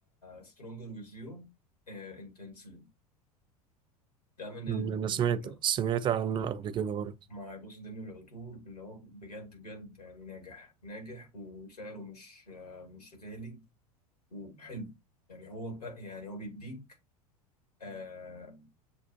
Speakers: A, on the left (about 80°); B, on the right (about 25°).
A: stronger with you آه، intensely ده من
B: مم،
A: ال
B: انا سمعت سمعت عنه قبل كده برضه
A: ما يبص ده من العطور اللي هو بجد بجد يعني ناجح ناجح وسعره مش آه، مش غالي وحلو يعني هو ب... يعني هو بيديك آه